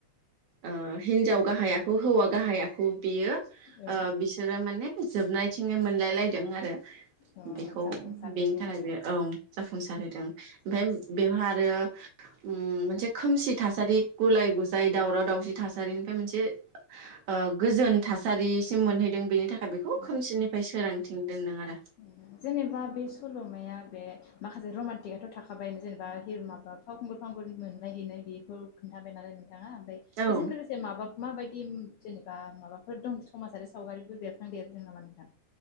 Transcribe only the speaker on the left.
औ
अ जाफुंसारहैदों
आरो
औ
औ
जेनेबा बे सल'माया बे माखासे रमान्टिकआथ' थाखाबाय जेनेबा हिर माबा फावखुंगुर फावगुरि मोनलायहैनाय बेखौ खोन्थाबाय नालाय नों थाङा ओमफ्राय
बेजों लोगोसे माबा माबायदि जेनेबा माबाफोर दं समाजारि सावगारिफोर बेर देरदों नामा नोथां?